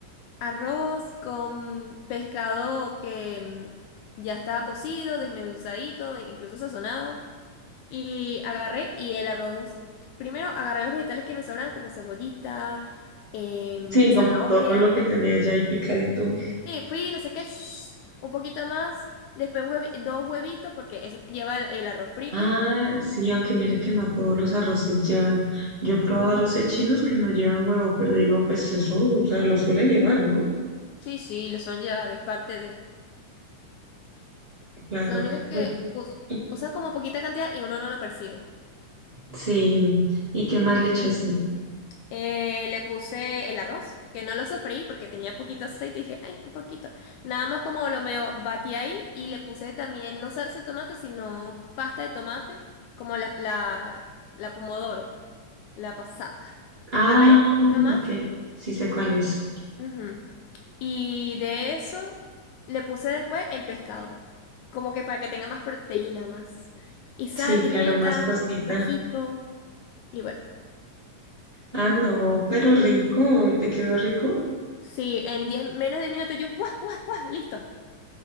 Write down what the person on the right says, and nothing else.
Sí,
como todo lo que tenía ya ahí picadito.
Ah, sí, aunque mira que no todos los arroces llevan. Yo he probado arroces chinos que no llevan huevo, pero digo, pues eso, o sea, lo suele llevar, ¿no?
Claro.
Bueno,
y-
sí. ¿Y qué más le echaste?
Ah,
ok. Sí sé cuál es.
Sí,
claro, más pasita.
Ah, no, pero rico. ¿Y te quedó rico?